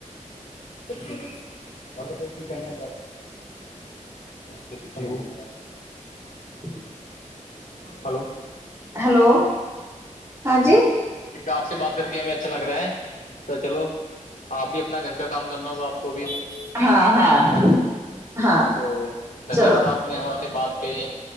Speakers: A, on the left (about 80°); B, on the right (about 20°).
A: بل پ کی کیانا تھا پ چلو ہوا
B: <unintelligible> <inaudible>
A: ہلو
B: ہیلو ہاں جی
A: آپ سے بات کر کے ہمیں اچھا لگ رہا ہے تو چلو آپ بھی اپنا گھر کا کام کرنا ہوگا آپ کو بھی ہے
B: ہاں ہاں
A: نا
B: ہاں
A: تو دھنیہ
B: چلو
A: واد آپ نے ہماں سے بات کہی ہے